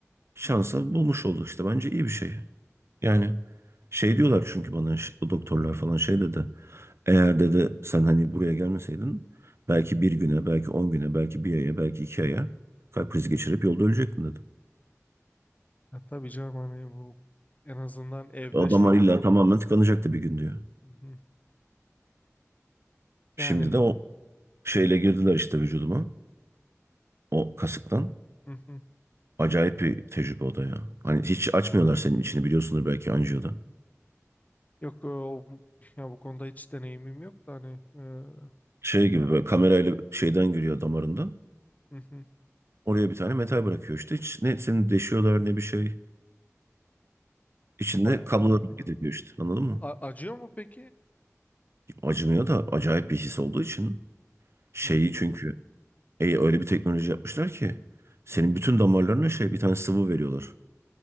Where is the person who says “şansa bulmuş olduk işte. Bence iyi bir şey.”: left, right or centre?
Right